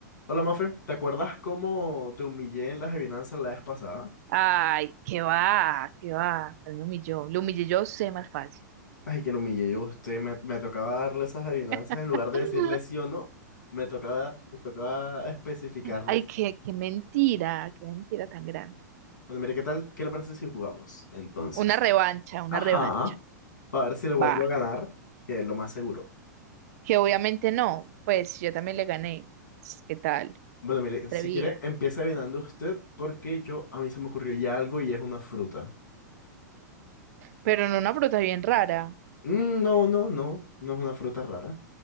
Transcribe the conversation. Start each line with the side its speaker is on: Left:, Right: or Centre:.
Left: Hola Mafe, ¿te acuerdas cómo te humillé en las adivinanzas la vez pasada?
Right: Ay, qué va, qué va. ¿Cuál me humilló? Lo humillé yo, sé más fácil.
Left: Ay, que lo humillé yo a usted, me, me tocaba darle esas adivinanzas
Right: <laughs>
Left: en lugar de decirle sí o no, me tocaba, me tocaba especificarles.
Right: Ay, qué, qué mentira, qué mentira tan grande.
Left: Bueno, mire, ¿qué tal? ¿Qué le parece si jugamos? Entonces,
Right: Una revancha, una
Left: ajá,
Right: revancha.
Left: para ver si le vuelvo
Right: Va,
Left: a ganar, que es lo más seguro.
Right: que obviamente no, pues yo también le gané. ¿Qué tal?
Left: Bueno, mire, si
Right: Atrevido.
Left: quiere, empieza adivinando usted, porque yo, a mí se me ocurrió ya algo y es una fruta.
Right: Pero en una fruta bien rara.
Left: Mm, no, no, no, no es una fruta rara.